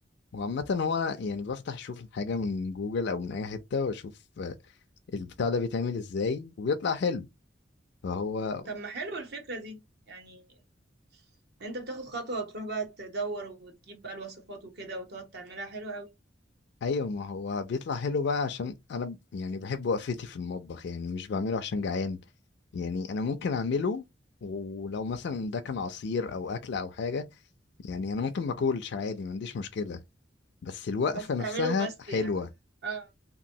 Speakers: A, on the left; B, on the right.
A: وعامة هو أنا يعني بفتح اشوف الحاجة من جوجل او من اي حتة واشوف آه، البتاع ده بيتعمل ازاي وبيطلع حلو فهو
B: طب ما حلو الفكره دي يعني إن انت بتاخد خطوه وتروح بقى تدور وتجيب بقى الوصفات وكده وتقعد تعملها حلو قوي
A: ايوه ما هو بيطلع حلو بقى عشان انا ب- يعني بحب وقفتي في المطبخ يعني مش بعمله عشان جعان يعني انا ممكن اعمله ولو مثلا ده كان عصير او اكله او حاجه يعني انا ممكن ما اكلش عادي ما عنديش مشكله بس الوقفه
B: بس تعمله
A: نفسها
B: بس
A: حلوه
B: يعني اه